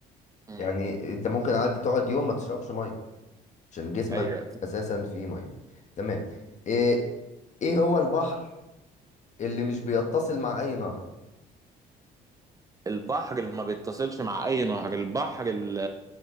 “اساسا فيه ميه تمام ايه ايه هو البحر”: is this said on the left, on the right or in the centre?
Left